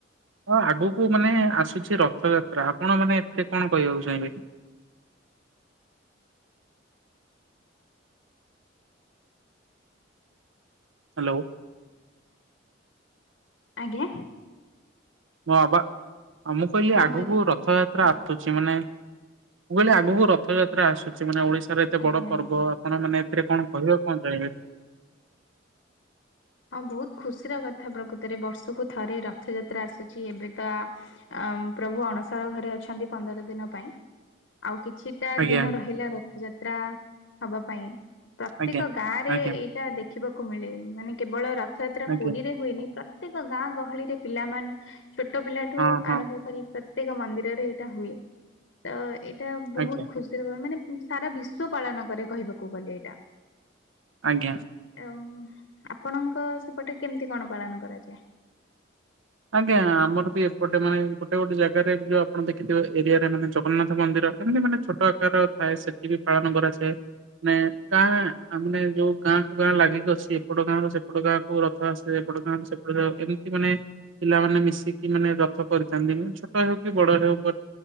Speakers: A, on the right (about 80°); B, on the left (about 60°).
A: ହଁ ଆଗକୁ ମାନେ ଆସୁଚି ରଥଯାତ୍ରା ଆପଣ ମାନେ ଏଥିରେ କଣ କହିବାକୁ ଚାହିଁବେ? ହାଲୋ।
B: ଆଜ୍ଞା।
A: ହିଁ ପା ମୁଁ କହିଲି
B: କଣ
A: ଆଗକୁ
B: କହିଲେ
A: ରଥଯାତ୍ରା
B: ହୁଁ
A: ଆସୁଛି। ମାନେ ମୁଁ କହିଲି ଆଗକୁ ରଥଯାତ୍ରା ଆସୁଛି ମାନେ ଓଡିଶାର ଏତେ
B: ଆଜ୍ଞା
A: ବଡ ପର୍ବ
B: ଆଜ୍ଞା
A: ଆପଣ ମାନେ ଏଥିରେ କଣ କହିବା କଣ ଚାହଁବେ
B: ହଁ, ବହୁତ ଖୁସିର କଥା ପ୍ରକୃତରେ ବର୍ଷକୁ ଥରେ ରଥଯାତ୍ରା ଆସୁଛି ଏବେ ତ ଅ ପ୍ରଭୁ ଅଣସାର ଘରେ ଅଛନ୍ତି ପନ୍ଦର ଦିନ ପାଇଁ ଆଉ କିଛି ଟା
A: ଆଜ୍ଞା
B: ଦିନ ରହିଲା ରଥଯାତ୍ରା ହବା ପାଇଁ ପ୍ରତ୍ୟେକ
A: ଆଜ୍ଞା
B: ଗାଁ ରେ
A: ଆଜ୍ଞା
B: ଏଇଟା ଦେଖ ଦେଖିବାକୁ ମିଳେ ମାନେ କେବଳ ରଥଯାତ୍ରା
A: ଆଜ୍ଞା
B: ପୁରୀରେ ହୁଏନି ପ୍ରତ୍ୟେକ ଗାଁ ଗହଳିରେ ପିଲାମାନେ ଛୋଟ ପିଲା ଠୁ
A: ହଁ ହଁ
B: ଆରମ୍ଭ କରି ପ୍ରତ୍ୟେକ ମନ୍ଦିରରେ ଏଇଟା ହୁଏ ତ ଏଇଟା ବହୁତ
A: ଆଜ୍ଞା
B: ଖୁସିର ମାନେ ସାରା ବିଶ୍ଵ ପାଳନ କରେ କହିବାକୁ ଗଲେ ଏଇଟା
A: ଆଜ୍ଞା
B: ଏ ଆଉ ଆପଣଙ୍କ ସେପଟେ କେମିତି କଣ ପାଳନ କରାଯାଏ।
A: ଆଜ୍ଞା ଆମର ବି ଏପଟେ ମାନେ ଗୋଟେ ଗୋଟେ ଜାଗାରେ ଯୋଉ ଆପଣ ଦେଖିଥିବେ ଏରିଆରେ ମାନେ ଜଗନ୍ନାଥ ମନ୍ଦିର ଏମିତି ମାନେ ଛୋଟ ଆକାର ଥାଏ ସେଠି ବି ପାଳନ କରାଯାଏ। ମାନେ ଗାଁ ଆାନେ ଯୋଉ ଗାଁ କୁ ଗାଁ ଲାଗିକି ଅଛି ଏପଟ ଗାଁର ସେପଟ ଗାଁ କୁ ର ଟା ସେପଟ ଏମିତି ମାନେ ପିଲମାନେେ ମିଶିକି ମାନେ ରଥ କରିଥାନ୍ତି ମେ ଛୋଟ ହେଉ କି ବଡ ହଉ।